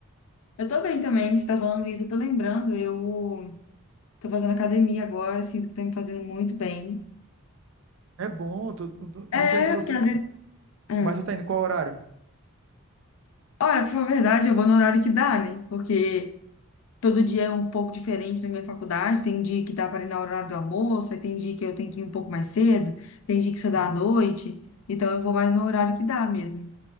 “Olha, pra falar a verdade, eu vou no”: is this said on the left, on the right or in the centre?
Left